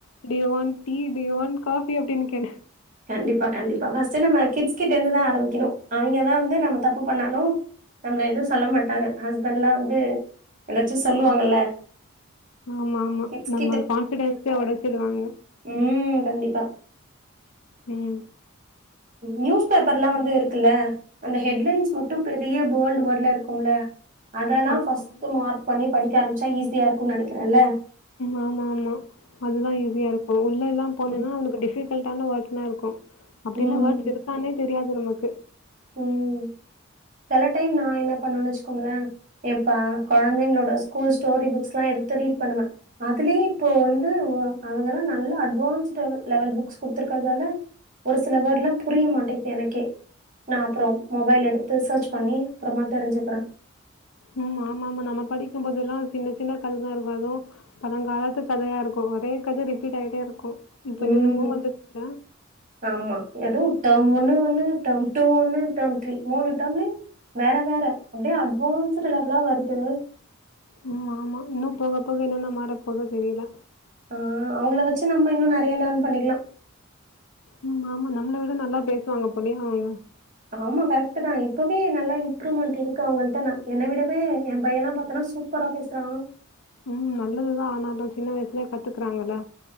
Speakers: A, on the left; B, on the right.
A: do you want tea do you want coffee அப்டின்னு கேளு
B: கண்டிப்பா கண்டிப்பா ஃபர்ஸ்ட் நம்ம கிட்ஸ் கிட்ட இருந்துதா ஆரம்பிக்கணு அவிங்கதா வந்து நம்ம தப்பு பண்ணாலு நம்மள எதுவு சொல்ல மாட்டாங்க ஹஸ்பண்ட்லா வந்து ஏதாச்சும் சொல்லுவாங்கல்ல.
A: ஆமா ஆமா ஆமா
B: கிட்ஸ்
A: நம்ம கான்ஃபிடென்ஸியே உடச்சிருவாங்க
B: உம் கண்டிப்பா
A: உம்
B: நியூஸ் பேப்பர்ல்லா வந்து இருக்குல்ல அந்த ஹெட்லைன்ஸ் மட்டு பெரிய போல்டு வேர்ட்ல இருக்கும்ல அதெல்லா
A: ஆ ஆமா
B: ஃபஸ்ட் மார்க் பண்ணி படிக்க ஆரம்பிச்சா ஈஸியா இருக்குன்னு நெனைக்கிறேல்ல
A: ஆமா ஆமா அதுதா ஈஸியா இருக்கு உள்ளல்லா போனின்னா
B: ம்,
A: அவளுக்கு டிஃபி கல்டான வொர்க்லா இருக்கு அப்டில்லா
B: ம்,
A: வோர்ட்ஸ் இருக்கானே தெரியாது நமக்கு
B: ம். சில டைம் நா என்ன பண்னுவேனு வச்சுக்கோங்களே எப்பா கொழந்தைங்களோட ஸ்கூல் ஸ்டோரி புக்ஸ்ல்லா எடுத்து ரீட் பண்ணுவே அதுலியே இப்போ வந்து அவங்கலா நல்ல அட்வான்ஸ்ட் லெவல் புக்ஸ் குடுத்துருக்கதால ஒரு சில வேர்ட்ல்லா புரிய மாட்டேங்குது எனக்கே நா அப்புறோ மொபைல் எடுத்து சர்ச் பண்ணி அப்பறமா தெரிஞ்சுக்கிறே
A: உம் ஆமா ஆமா நம்ம படிக்கும் போதெல்லா சின்ன சின்ன கததா இருக்கு அதா பழங்காலத்து கதையா இருக்கு ஒரே கத ரிப்பீட் ஆயிட்டே இருக்கு இப்ப
B: ம்.
A: என்னன்னமோ வந்துச்சுல
B: ஆமா எதுவு ட்ர்ம் ஒண்ணு ஒண்ணு ட்ர்ம் டூ ஒண்ணு ட்ர்ம் த்ரீ மூணு ட்ர்ம்லயு வேற வேற அப்டியே அட்வான்ஸ்ட் லெவலா வருது
A: உம் ஆமா இன்னு போக போக என்னென்ன மாறப்போதோ தெரில
B: ஆ அவங்கள வச்சு நம்ம இன்னு நெறைய லேர்ன் பண்ணிக்கலா
A: ம் ஆமா நம்மள விட நல்லா பேசுவாங்க போலியே அவங்
B: ஆமா கரெக்ட் தா இப்பவே நல்லா இம்ப்ரூவ்மெண்ட் இருக்கு அவங்கள்ட நா என்ன விடவே என் பையல்லா பாத்தேனா சூப் சூப்பரா பேசுறா
A: உம் நல்லதுதா ஆனாலு சின்ன வயசுலயே கத்துக்குறாங்கல